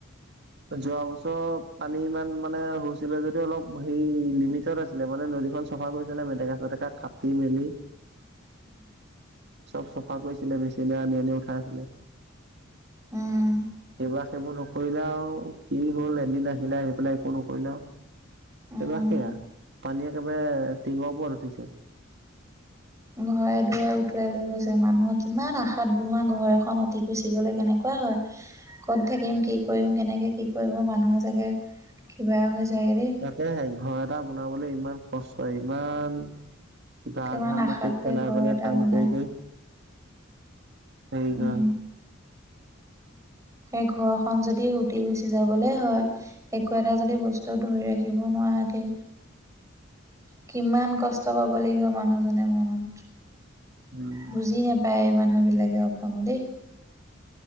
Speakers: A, on the right; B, on the right.
A: যোৱা বছৰ পানী ইমান মানে হৈছিলে যদি অলপ সেই লিমিটড আছ- আছিলে মানে নদীখন চাফা কৰিছিলে মেটেকা চেটেকা কাটি মেলি
B: <inaudible>
A: চব চফা কৰিছিলে মেচিনে আনি আনি উঠাইছিলে।
B: উম।
A: সেইবিলাক সেইবোৰ নকৰিলাও কি হল এদিন আহিলে আহি পেলাই একো নকৰিলাও
B: উম
A: তাপা সেয়া পানী একেবাৰে টিঙৰ পৰত উঠিছে।
B: ঘৰে দুৱাই উঠুৱাই লৈ গৈছে মানুহক কিমান আশাত বনোৱা ঘৰ এখন উতি গুচি গলে কেনেকুৱা হয়। ক'ত থাকিম, কি কৰিম, কেনেকে কি কৰিব মানুহৰ চাগে কিবা হৈ যায় গে দেই।
A: তাকেহে ঘৰ এটা বনাবলৈ ইমান কষ্ট ইমান গা
B: কিমান
A: ঘা ঘম
B: আশা
A: মাটিত
B: কৰি
A: চলাই
B: ঘৰ
A: পেলাই
B: এটা
A: কাম
B: বনাই
A: কৰি কৰি আহিলো।
B: উম সেই ঘৰখন যদি উটি গুচি যাবলৈ হয়। একো এটা যদি বস্তু ধৰি ৰাখিব নোৱাৰাকে কিমান কষ্ট পাব লাগিব মানুহজনে মনত
A: উম
B: বুজি নাপায় মানুহ বিলাকে অকনো দেই।